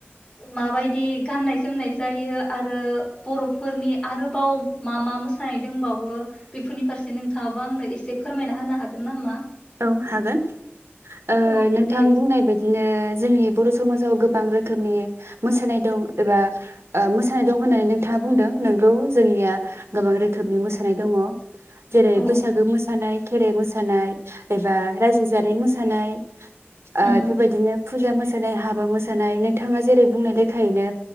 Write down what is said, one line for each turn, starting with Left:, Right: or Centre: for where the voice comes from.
Left: माबायदि गाननाय जोमनाय जायो आरो बर'फोरनि आरोबाव मा मा मोसानाय दोंबावो बेफोरनि फारसे नोंथाङाबो आंनो एसे फोरमायना होनो हागोन नामा?
Right: औ हागोन। ओ
Left: औ
Right: नोंथां
Left: दे
Right: बुंनाय बायदिनो जोंनि बर' समाजाव गोब बां रोखोमनि मोसानाय दं एबा ओ मोसानाय दं होन्नानै नोंथाङा बुंदों नोंगौ जोंनिया गोबां रोखोमनि मोसानाय दङ'। जेरै
Left: औ
Right: बैसागो मोसानाय। खेराइ मोसानाय। एबा रायजो जानाय मोसा नाय। ओ
Left: उम
Right: इफोरबायदिनो। फुजा मोसानाय हाबा मोसानाय नोंथाङा जेरै बुंनाय लेखायैनो